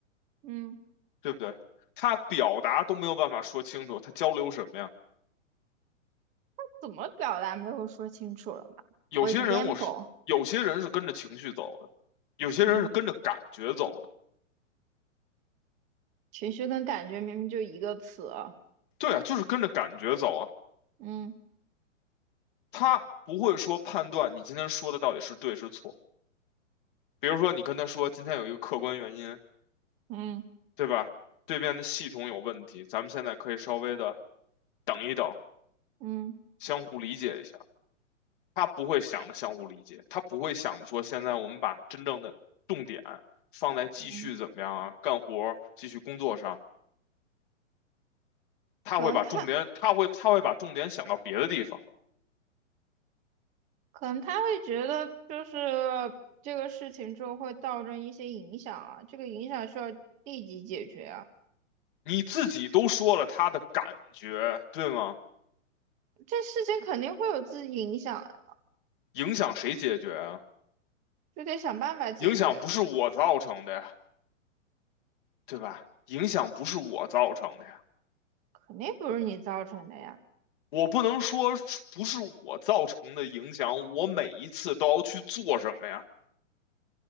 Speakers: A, on the right; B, on the left.
A: 嗯，
B: 对不对？他表达都没有办法说清楚，他交流什么呀？
A: 怎么表达没有说清楚了嘛？For
B: 有些人我是有些人是跟着情绪走的，
A: example，
B: 有些人是跟着感觉走的。
A: 嗯，情绪跟感觉明明就一个词啊
B: 对啊，就是跟着感觉走啊。
A: 嗯
B: 他不会说判断你今天说的到底是对是错。比如说你跟他说今天有一个客观原因，
A: 嗯
B: 对吧？对面的系统有问题，咱们现在可以稍微的等一等，
A: 嗯
B: 相互理解一下。他不会想着相互理解，他不会想着说现在我们把真正的重点放在继续怎么样啊，
A: 嗯，
B: 干活儿继续工作上。他会把重点，
A: 可能她
B: 他会他会把重点想到别的地方。
A: 可能她会觉得就是这个事情之后会造成一些影响啊，这个影响需要立即解决啊。
B: 你自己都说了他的感觉，对吗？
A: 这事情肯定会有自己影响啊
B: 影响谁解决啊？
A: 就得想办法解决，
B: 影响不是我造成的呀，对吧？影响不是我造成的呀，
A: 肯定不是你造成的呀。
B: 我不能说不是我造成的影响，我每一次都要去做什么呀？